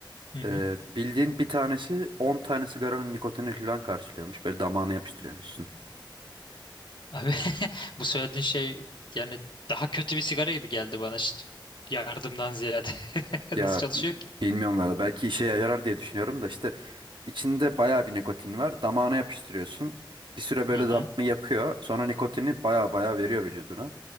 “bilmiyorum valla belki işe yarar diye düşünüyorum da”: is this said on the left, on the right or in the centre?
Right